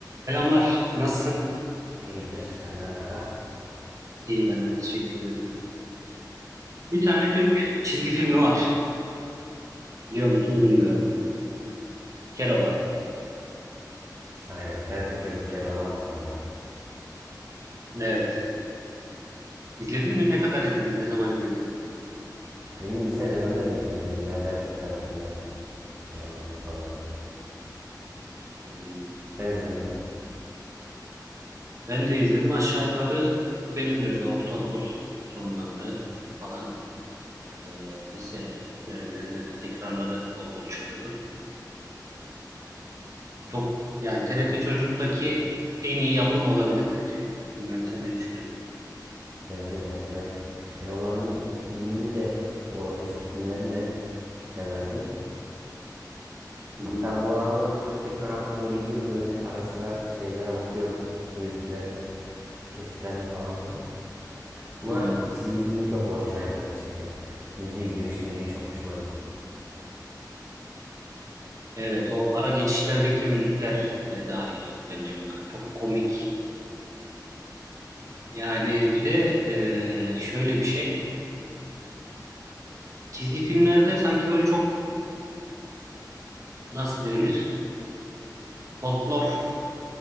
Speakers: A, on the right (about 45°); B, on the right (about 30°).
A: Selamlar. Nasılsın?
B: İyidir, senden ne haber?
A: İyi ben de teşekkür ederim. Bir tane Türk çizgi filmi var. Biliyor musun bilmiyorum. Keloğlan.
B: Aynen, TRT Çocuk Keloğlan masalları.
A: Evet. İzledin mi? Ne kadar izledin? Ne zaman izledin?
B: Benim lise dönemime denk geliyordu ya, ben çok severdim evet. Keloğlan masallarını.
A: Hmm.
B: Sen izledin mi?
A: Ben de izledim. Aşağı yukarı benim de öyle ortaokul sonları falan. e, lise dönemlerinde de tekrarları bol bol çıkıyordu. Çok yani TRT Çocuk'taki en iyi yapım olabilir bence. Bilmem sen ne düşünüyorsun?
B: Bence de ya, ben Keloğlan'ın filmini de, o eski filmlerini de severdim.
A: Hı
B: Hatta
A: hı.
B: bu aralar böyle tekrar aklıma geliyor, böyle ara sıra şeylere bakıyorum. Müziklerine, kesitlerine falan filan. Ama
A: Hmm.
B: çizgi filmi çok orijinaldi gerçekten. Müziği, giriş müziği çok hoşuma gidiyor.
A: Evet, o ara geçişlerdeki müzikler de dahil bence buna. Çok komik. Yani bir de e, şöyle bir şey. Çizgi filmlerde sanki böyle çok nasıl denir? Folklor